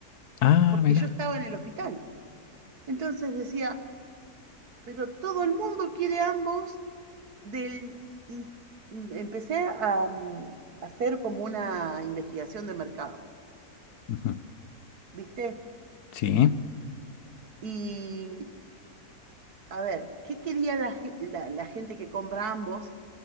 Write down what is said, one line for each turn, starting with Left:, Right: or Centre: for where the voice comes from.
Left: Ah,
Right: porque
Left: mira.
Right: yo estaba en el hospital. Entonces decía, pero todo el mundo quiere ambos del, y mm, empecé a mm, hacer como una investigación de mercado,
Left: Ujú.
Right: ¿viste?
Left: Sí,
Right: Y a ver, ¿qué quería la, ge- la- la gente que compra ambos?